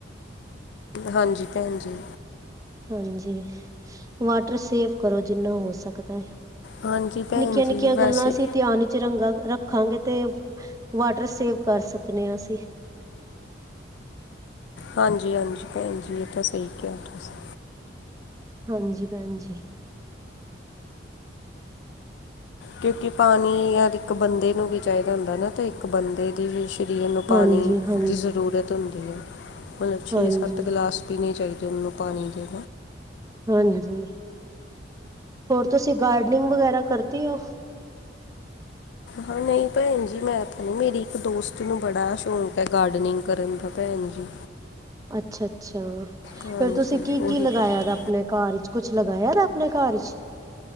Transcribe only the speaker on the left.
ਹਾਂਜੀ ਭੈਣੰਜੀ
ਹਾਂਜੀ ਭੈਣ
ਜੀ ਵੈਸੇ
ਹਾਂਜੀ ਹਾਂਜੀ ਭੈਣੰਜੀ ਇਹ ਤਾਂ ਸਹੀ ਕਿਹਾ। ਤੁਸੀਂ
ਕਿਉਂਕਿ ਪਾਣੀ ਹਰ ਇੱਕ ਬੰਦੇ ਨੂੰ ਵੀ ਚਾਹੀਦਾ ਹੁੰਦਾ ਨਾ ਤੇ ਇੱਕ ਬੰਦੇ ਤੇ ਸਰੀਰ ਨੂੰ ਪਾਣੀ
ਦੀ ਜ਼ਰੂਰਤ ਹੁੰਦੀ ਹੈ ਮਤਲਬ ਛੇ
ਸੱਤ ਗਲਾਸ। ਪੀਣੇ ਚਾਹੀਦੇ ਉਹਨੂੰ ਪਾਣੀ ਦੇ
ਹਾਂ ਨਹੀਂ ਭੈਣੰਜੀ ਮੈਂ ਤਾਂ ਨਹੀਂ ਮੇਰੀ ਇੱਕ ਦੋਸਤ ਨੂੰ ਬੜਾ ਸ਼ੌਂਕ ਹੈ ਗਾਰਡਨਿੰਗ ਕਰਨ ਦਾ ਭੈਣੰਜੀ
ਹਾਂਜੀ
ਉਹੀ
ਕਰਦਾ